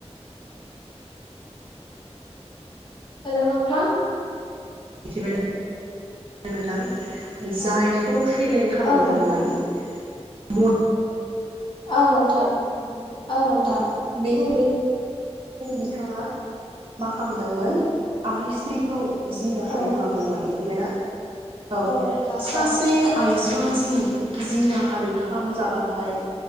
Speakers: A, on the left (about 45°); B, on the right (about 50°).
A: हेलौ नोंथां।
B: मिथिबायना? नोंथां जाय खौ फेलें खालामदोंमोन
A: औ नोंथां
B: म
A: औ नोंथां।
B: <unintelligible>
A: औ नोंथां
B: <inaudible> बिथाङा मा खामदोंमोन आलायस्रिखौ जिनाहारि
A: औ
B: खालामदोंमोन मिथिबायना। औ
A: नोंथां
B: सासे
A: औ
B: आइजोआ <inaudible> जिनाहारि खामजाबाथाय